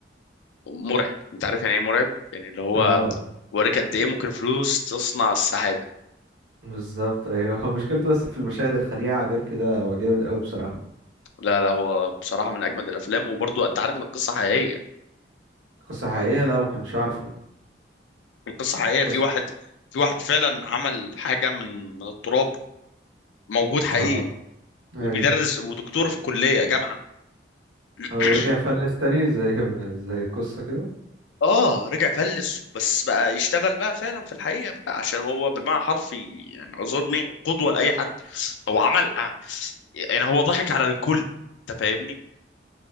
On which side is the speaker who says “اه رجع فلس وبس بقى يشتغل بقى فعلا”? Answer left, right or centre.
Left